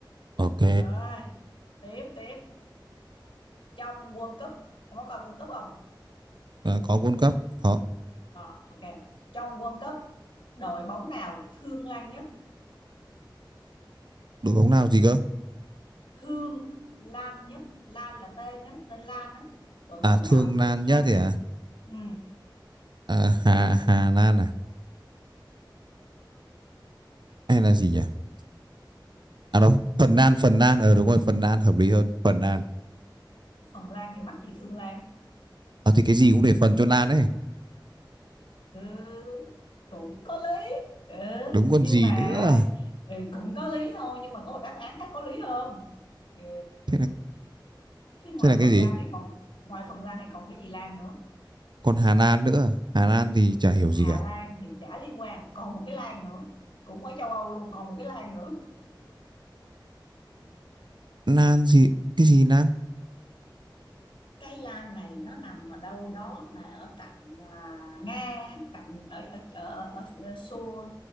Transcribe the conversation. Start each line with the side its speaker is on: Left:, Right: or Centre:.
Right: ok
Left: rồi tiếp tiếp trong World Cup ông có coi World Cup không
Right: à, có World Cup có
Left: đó ok trong World Cup đội bóng nào thương Lan nhất
Right: đội bóng nào gì cơ
Left: thương Lan nhất Lan là tên đó tên Lan đó đội
Right: à
Left: bóng
Right: Thương
Left: nào thương
Right: Lan nhất
Left: Lan
Right: thì
Left: nhất
Right: à,
Left: ừ.
Right: à Hà Hà Lan à hay là gì nhỉ à đâu Phần Lan Phần Lan ờ đúng rồi Phần Lan hợp lý hơn Phần Lan
Left: Phần Lan thì mắc gì thương Lan
Right: Ờ thì cái gì cũng để phần cho Lan ấy.
Left: ừ, cũng có lý ừ,
Right: Đúng còn
Left: nhưng
Right: gì
Left: mà
Right: nữa.
Left: ừ, cũng có lý thôi nhưng mà có một đáp án khác có lý hơn ừ.
Right: Thế là,
Left: Thế ngoài
Right: thế là cái
Left: Phần
Right: gì?
Left: Lan thì còn ngoài Phần Lan thì còn cái gì Lan nữa
Right: Còn Hà Lan nữa. Hà Lan thì chả hiểu
Left: Hà
Right: gì cả.
Left: Lan thì chả liên quan còn một cái Lan nữa cũng ở châu Âu luôn còn một cái Lan nữa
Right: Ừ, Lan gì? Cái gì Lan?
Left: cái Lan này nó nằm ở đâu đó mà ở cạnh à, Nga cạnh ở ở ở, ở, ở Xô,